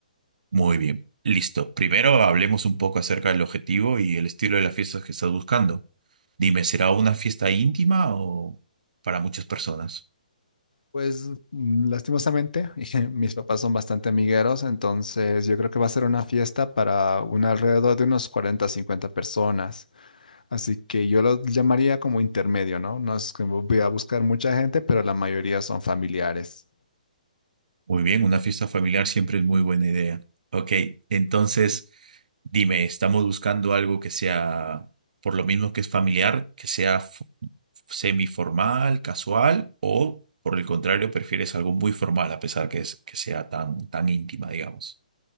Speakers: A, on the right (about 65°); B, on the left (about 70°).
A: Muy bien, listo. Primero hablemos un poco acerca del objetivo y el estilo de las fiestas que estás buscando. Dime, ¿será una fiesta íntima o para muchas personas?
B: Pues mm, lastimosamente, <laughs> mis papás son bastante amigueros, entonces yo creo que va a ser una fiesta para un alrededor de unos 40, 50 personas. Así que yo los llamaría como intermedio, ¿no? No es que voy a buscar mucha gente, pero la mayoría son familiares.
A: Muy bien, una fiesta familiar siempre es muy buena idea. Ok, entonces dime, ¿estamos buscando algo que sea, por lo mismo que es familiar, que sea f- semiformal, casual o, por el contrario, prefieres algo muy formal a pesar que, es, que sea tan, tan íntima, digamos?